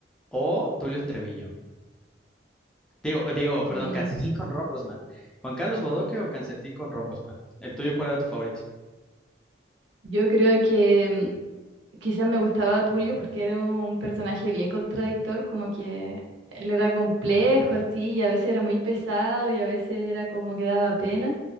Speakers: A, in the centre; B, on the right.
A: o Tulio Treviño. Digo, digo, perdón,
B: Mm,
A: Calcetín con Rombosman. ¿Juan Carlos Bodoque o Calcetín con Rombosman? ¿El tuyo cuál era tu favorito?
B: Yo creo que Quizás me gustaba Tulio porque era un personaje bien contradictor, como que él era complejo así, y a veces era muy pesado y a veces era como que daba pena,